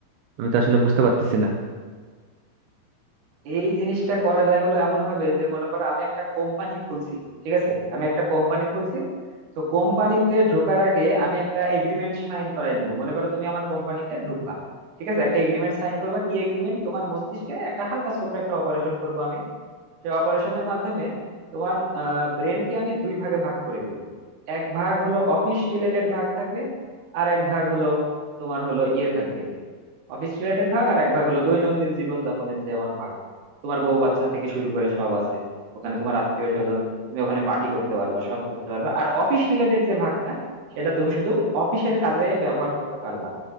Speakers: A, on the right; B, on the right.
A: আমি তো আসলে বুঝতে পারতেছি না
B: এই জিনিসটা করা যায় হলো এমন ভাবে যে মনে করো আমি একটা কোম্পানি খুলছি ঠিক আছে আমি একটা কোম্পানি খুলছি তো কোম্পানিতে ঢোকার আগে আমি একটা এগ্রিমেন্ট সাইন করাই নিব মনে করো তুমি আমার কোম্পানিতে ঢুকবা ঠিক আছে একটা এগ্রিমেন্ট সাইন করবা কি এগ্রিমেন্ট তোমার মস্তিষ্কে একটা হালকা ছোট একটা অপারেশন করব আমি সেই অপারেশনের মাধ্যমে তোমার ব্রেনকে আমি দুই ভাগে ভাগ করে দিব এক ভাগ হলো অফিস রিলেটেড ভাগ থাকবে আর এক ভাগ হলো তোমার হলো ইয়ে থাকবে অফিস রিলেটেড ভাগ আর এক ভাগ হলো দৈনন্দিন জীবন যাপনের যে আমার ভাগ তোমার বউ বাচ্চা থেকে শুরু করে সব আছে ওখানে তোমার আত্মীয় স্বজন তুমি ওখানে পার্টি করতে পারবা সব করতে পারবা আর অফিস রিলেটেড যে ভাগটা সেটা তুমি শুধু অফিসের কাজে ব্যবহার করতে পারবা